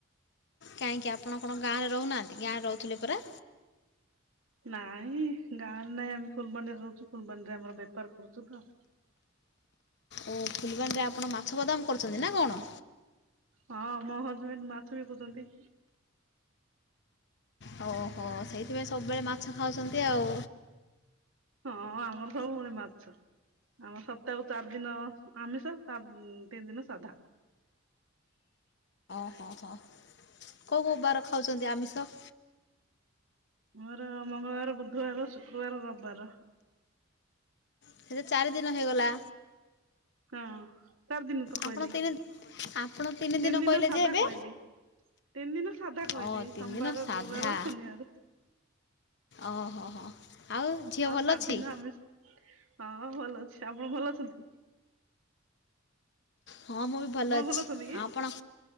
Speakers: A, on the left; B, on the right.
A: କାହିଁକି ଆପଣ କଣ ଗାଁରେ ରହୁନାହାନ୍ତି ଗାଁରେ ରହୁଥୁଲେ ପରା।
B: ନାଇଁ ଗାଁରେ ନାଇଁ ଆମେ ଫୁଲବାଣୀରେ ରହୁଚୁ ଫୁଲବାଣୀରେ ଆମର ବେପାର କରୁଚୁ ତ।
A: ଓ ଫୁଲବାଣୀରେ ଆପଣ ମାଛ ଗୋଦାମ କରୁଛନ୍ତି ନାଁ କଣ?
B: ହଁ ମୋ ହଜବେଣ୍ଡ୍ ମାଛ ବିକୁଚନ୍ତି।
A: ହ ହୋ ସେଇଥିପାଇଁ ସବୁବେଳେ ମାଛ ଖାଉଛନ୍ତି ଆଉ।
B: ହଁ ଆମର ସବୁବେଳେ ମାଛ। ଆମର ସପ୍ତାହକୁ ଚାରି ଦିନ ଆମିଷ ତା ତିନି ଦିନ ସାଧା।
A: ଓହୋ କୋଉ କୋଉ ବାର ଖାଉଚନ୍ତି ଆମିଷ?
B: ମୋର ମଙ୍ଗଳବାର ବୁଧବାର ଶୁକ୍ରବାର ରବାର।
A: ସେ ତ ଚାରି ଦିନ ହେଇଗଲା।
B: ହଁ ଚାରି ଦିନ ତ କହିଲି
A: ଆପଣ ତିନି ଆପଣ
B: ତିନି ଦିନ
A: କହିଲେ
B: ସାଧା
A: ଯେ ଏବେ
B: କହିଲି। ତିନି ଦିନ ସାଧା କହିଲି
A: ଓ ତିନି
B: ସୋମବାର
A: ଦିନ ସାଧା
B: ଗୁରୁବାର ଶନିବାର।
A: ଓହୋ ହୋ ଆଉ ଝିଅ ଭଲ
B: ଚାରି
A: ଅଛି?
B: ଦିନ ଆମିଷ। ହଁ ଭଲ ଅଛି ଆପଣ ଭଲ ଅଛନ୍ତି?
A: ହଁ ମୁଁ ବି ଭଲ
B: ଆପଣ
A: ଅଛି
B: ଅଛନ୍ତି କି?
A: ଆପଣ